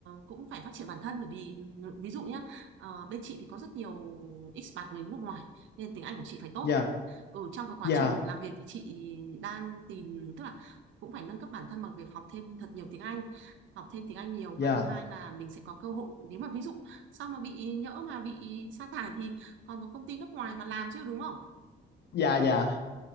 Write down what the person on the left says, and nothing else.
dạ
dạ
dạ
dạ dạ